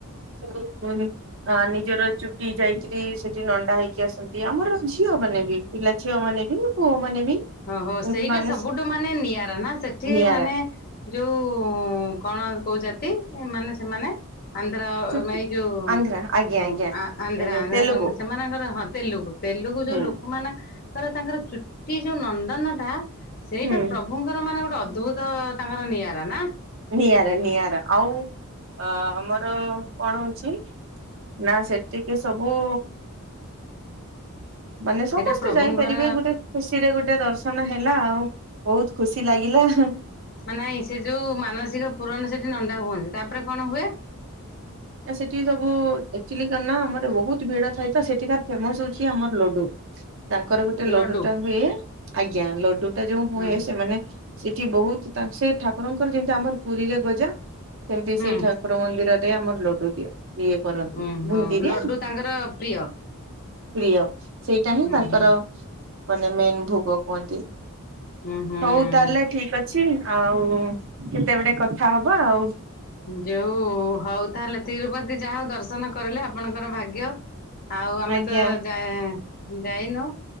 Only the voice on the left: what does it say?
ଅ ହ ସେଇଟା
ସବୁଠୁ ମାନେ ନିଆରା ନା ସେଠି
ମାନେ ଯୋଉ କଣ କୋଉ ଜାତି ମାନେ ସେମାନେ? ଆନ୍ଧ୍ର
ମାଇ ଯୋଉ
ହଁ
ଆ ଆନ୍ଧ୍ରା
ଆନ୍ଧ୍ରା
ଲୋକମା ସେମାନଙ୍କର ହଁ ତେଲୁଗୁ ତେଲୁଗୁ ଯୋଉ
ଲୋକମାନେ କର ତାଙ୍କର ଚୁ ଯୋଉ ନନ୍ଦନ ଟା ସେଇଟା
ପ୍ରଭୁଙ୍କର ମାନେ ଗୋଟେ ଅଦ୍ଭୁତ ତାଙ୍କର ନିଆରା ନା?
ସେଇଟା
ପ୍ରଭୁଙ୍କର
ନାଇଁ ସେ ଯୋଉ ମାନସିକ ପୁରଣ ସେଠି ନଣ୍ଡା ହୁଅନ୍ତି, ତାପରେ କଣ ହୁଏ?
<inaudible>
ଲଡୁ
ହୁଁ ହୁଁ
ହୁଁ।
ଉୁଁ ହୁଁ
ଲଡୁ ତାଙ୍କର ପ୍ରିୟ
ହୁଁ
ହୁଁ
ହୁଁ ହୁଁ।
ଯୋଉ ହଉ ତାହେଲେ ତିରୁପତି ଯାହା ହଉ ଦର୍ଶନ କରିଲେ ଆପଣଙ୍କର ଭାଗ୍ୟ। ଆଉ ଆମେ
ତ ଯା-ଯାଇନୁ